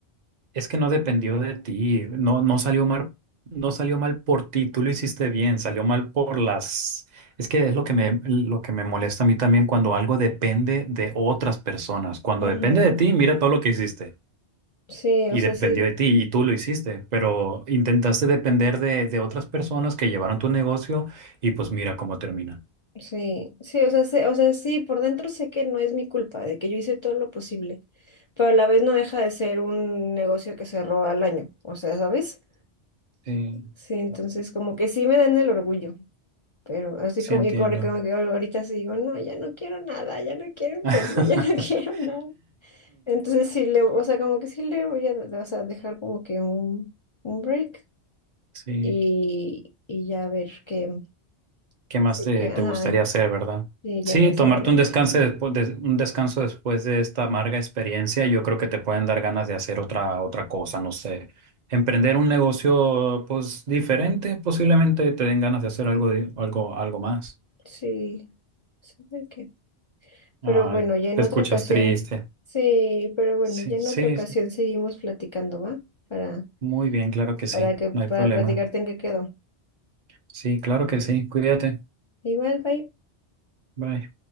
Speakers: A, on the right; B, on the left.
A: es que no dependió de ti. No, no salió mal, no salió mal por ti. Tú lo hiciste bien, salió mal por las. Es que es lo que me, lo que me molesta a mí también cuando algo depende de otras personas. Cuando
B: ujú.
A: depende de ti, mira todo lo que hiciste.
B: Sí,
A: Y
B: o sea,
A: dependió
B: sí,
A: de ti y tú lo hiciste, pero intentaste depender de, de otras personas que llevaron tu negocio y pues mira cómo termina.
B: sí, sí, o sea, sé- o sea, sí, por dentro sé que no es mi culpa, de que yo hice todo lo posible, pero a la vez no deja de ser un negocio que cerró al año, o sea, ¿sabes?
A: Sí,
B: Sí, entonces como que sí me dan el orgullo, pero así
A: sí
B: como,
A: entiendo.
B: y como, como que ahorita sí digo, no, ya no quiero nada, ya no quiero emprender,
A: <laughs>
B: <laughs> ya no quiero nada. Entonces sí le, o sea, como que sí le voy a, de- o sea, dejar como que un, un break
A: Sí.
B: y, y ya ver qué,
A: ¿Qué más
B: sí,
A: te,
B: que, ajá,
A: te gustaría hacer, verdad?
B: y
A: Sí,
B: ya más
A: tomarte
B: adelante.
A: un descanso después de, un descanso después de esta amarga experiencia, yo creo que te pueden dar ganas de hacer otra, otra cosa, no sé. Emprender un negocio, pues, diferente, posiblemente te den ganas de hacer algo, di- algo, algo más.
B: Sí, sabe qué. Pero
A: Ay,
B: bueno, ya en
A: te
B: otra
A: escuchas
B: ocasión,
A: triste.
B: sí, pero bueno,
A: Sí,
B: ya en
A: sí,
B: otra ocasión
A: sí.
B: seguimos platicando, ¿va? Para,
A: Muy bien, claro que sí.
B: para que, para
A: No hay problema.
B: platicarte en qué quedó.
A: Sí, claro que sí. Cuídate.
B: Igual, bye.
A: Bye.